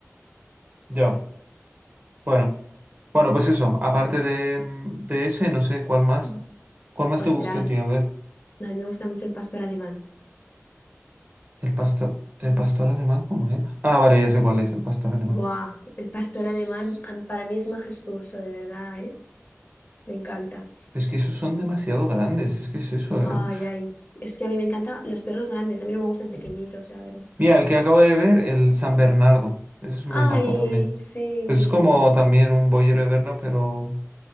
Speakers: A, on the right; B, on the left.
A: ya, bueno. Bueno, pues eso, aparte de, mm, de ese, no sé cuál más.
B: Mm.
A: ¿Cuál más
B: Ostras,
A: te gustó el tío? A ver,
B: a mí me gusta mucho el pastor alemán.
A: el pastor, el pastor alemán, ¿cómo era? Ah, vale, ya sé cuál es, el pastor alemán.
B: Buah, el pastor
A: S-
B: alemán am- para mí es majestuoso, de verdad, ¿eh? Me encanta.
A: Es que esos son demasiado grandes, es que es eso,
B: Ay,
A: ¿eh? Uf.
B: ay. Es que a mí me encantan los perros grandes, a mí no me gustan pequeñitos, la verdad.
A: Mira, el que acabo de ver, el San Bernardo. Ese es muy
B: Ay,
A: majo también.
B: sí.
A: Pues es como también un boyero de Berna, pero.